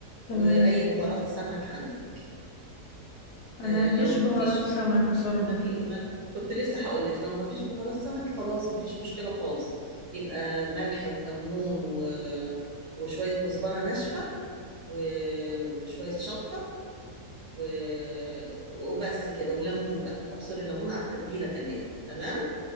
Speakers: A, on the left; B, on the right.
A: تمام
B: واي بهارات سمك عندك
A: أنا
B: آه،
A: ما عنديش
B: لو
A: بهارات
B: ما فيش
A: سمك بصراحة
B: ما في ما كنت لسه هقول لك لو ما فيش بهارات سمك خلاص ما فيش مشكلة خالص يبقى ملح وكمون و... وشوية كزبرة ناشفة و... وشوية شطة و... وبس كده وليمون بقى تعصري ليمون على التتبيلة كمان تمام